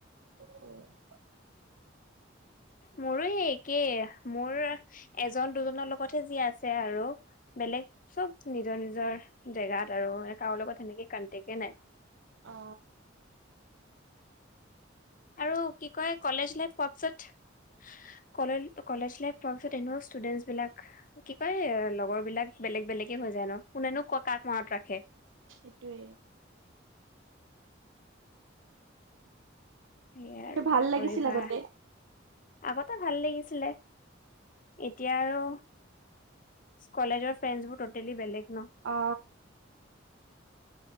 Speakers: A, on the right (about 80°); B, on the left (about 45°).
A: <unintelligible>
B: মোৰো সেই একেই মোৰ এজন দুজনৰ লগত তে যি আছে আৰু বেলেগ চব নিজৰ নিজৰ জেগাত আৰু কাৰো লগত সেনেকে কানক্টেকে নাই।
A: অঁ।
B: আৰু কি কয় কলেজ লাইফ পোৱাৰ পিছত কলে কলেজ লাইফ পোৱাৰ পিছত এনেকুৱা ষ্টুডেন্টচ বিলাক কি কয় লগৰ বিলাক বেলেগ বেলেগে হৈ যায় ন, কোনেনো ক কাক মনত ৰাখে।
A: এইটোৱে।
B: সেইয়া
A: কিন্তু
B: আৰু
A: ভাল
B: কি
A: লাগিছিল
B: কৰিবা!
A: আগতে
B: আগতে ভাল লাগিছিলে, এতিয়া আৰু কলেজৰ ফ্ৰেণ্ডছবোৰ ট'টেলি বেলেগ ন!
A: অঁ।